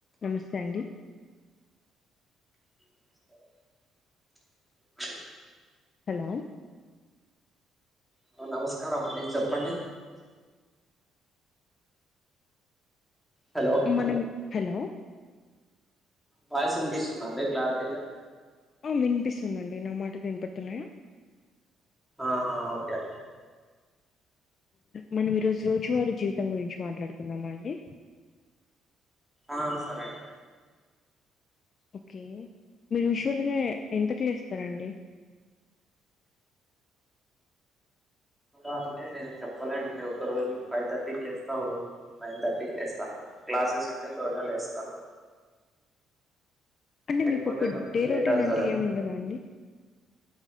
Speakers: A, on the left (about 40°); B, in the centre.
A: నమస్తే అండి
B: నమస్కారం చెప్పండి
A: హలో
B: హలో నమస్కారం అండి చెప్పండి హలో
A: మనం హలో
B: వాయిస్ వినిపిస్తుందా అండి క్లారిటీగా
A: వినిపిస్తుందండి నా మాటలు వినిపడుతున్నాయా
B: ఆ ఆ ఓకే అండి
A: మనం ఈ రోజు రోజువారి జీవితం గురించి మాట్లాడుకుందామ అండి
B: ఆ సరేండి
A: ఓకే మీరు యూజువల్గా ఎంత క్ లేస్తార అండి
B: అంటే చెప్పలేనండి ఒక రోజు ఫైవ్ థర్టీకి లేస్తా ఓ రోజు నైన్ థర్టీకి లేస్తాను క్లాసెస్ ఉంటే త్వరగా లేస్తాను
A: అంటే
B: లేకపోతే
A: మీకు ఒక
B: కొంచెం
A: డే
B: లేట్
A: రొటీన్
B: అవుతది
A: అంటే
B: అండి
A: ఏమి ఉండదా అండి